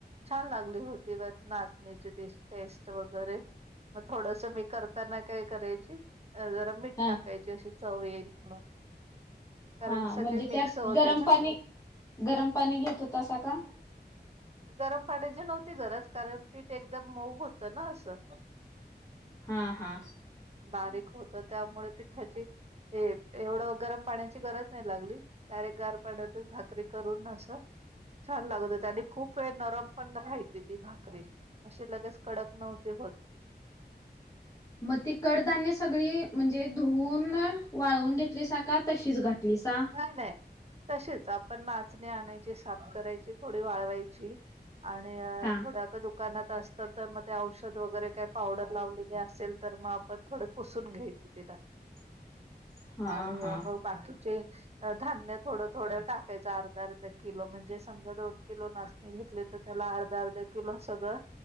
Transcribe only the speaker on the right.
छान लागली होती व नाचणीची ते टेस्ट वगैरे मग थोडस मी करताना काय करायची जरा मीठ
टाकायची अशी चव येईल म्हणून कारण
सगळे
मिक्स
होते
ना
गरम पाण्याची नव्हती गरज कारण पीठ एकदम मऊ होतं ना असं
बारीक होत त्यामुळे पिठाची एवढं गरम पाण्याची गरज नाही लागली. डायरेक्ट गार पाण्यातच भाकरी करून असं छान लागत होते आणि खूप वेळ नरम पण राहायची ती भाकरी असे लगेच कडक नव्हते होत.
नाही नाही तसेच आपण नाचणी आणायची, साफ करायची, थोडी वाळवायची आणि
थोडं आता दु दुकानात असत तर मग ते औषध वगैरे काय पावडर लावलेले असेल तर मग आपण थोडं पुसून घ्यायचे तिला
आणि
मग बाकीचे? धान्य थोडं थोडं टाकायचं अर्धा आर्धा किलो म्हणजे समजा दोन किलो नात घेतले तर त्याला अर्धा अर्धा किलो सगळं